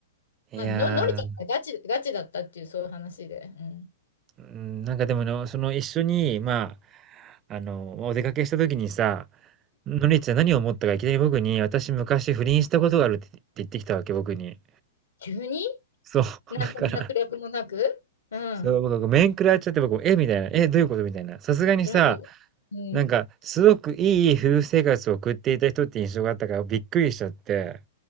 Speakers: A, on the right (about 30°); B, on the left (about 75°).
A: いやー、
B: まあ、の、のりちゃんがガチ、ガチだったっていう、そういう話で。うん。
A: うん、なんかでもの、その一緒に、まあ、あの、お出かけした時にさ、のりちゃん何を思ったかいきなり僕に、私昔不倫したことがあるって言ってきたわけ、僕に。
B: 急に
A: そう、
B: 何の脈略もなくうん。
A: <laughs> だから、そう、僕が面食らっちゃって、僕、えみたいな、え、どういうことみたいな。さすがにさ、
B: それはどううん。
A: なんか、すごくいい夫婦生活を送っていた人って印象があったからびっくりしちゃって、